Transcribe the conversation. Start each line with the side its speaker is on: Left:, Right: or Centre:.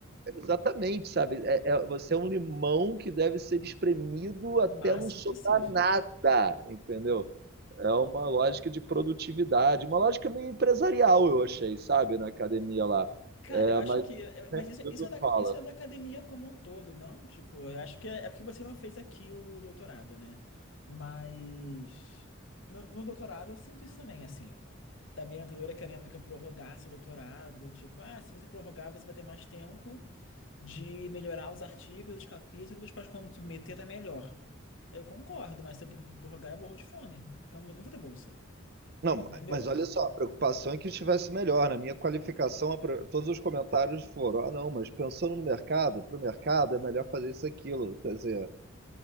Right: exatamente, sabe? É, é- você é um limão que deve ser espremido até
Left: o máximo
Right: não sobrar
Left: possível.
Right: nada, entendeu? É uma lógica de produtividade, uma lógica meio empresarial, eu achei, sabe, na academia lá.
Left: Cara,
Right: É,
Left: eu acho
Right: mas
Left: que. é- Mas
Right: é,
Left: isso,
Right: tudo
Left: isso, é da,
Right: rola.
Left: isso é da academia como um todo, não? Tipo, eu acho que é, é porque você não fez aqui o doutorado, né? Mas. No, no doutorado eu sinto isso também, assim. Da minha orientadora querendo que eu prorrogasse o doutorado. Tipo, ah, se você prorrogar, você vai ter mais tempo de melhorar os artigos, os capítulos, para quando submeter tá melhor. Eu concordo, mas se eu prorrogar, eu morro de fome. Então eu não vou ter bolsa.
Right: Não, ma-
Left: Entendeu?
Right: mas olha só, a preocupação é que estivesse melhor. Na minha qualificação, a pre- todos os comentários foram: ah, não, mas pensando no mercado, para o mercado é melhor fazer isso e aquilo. Quer dizer,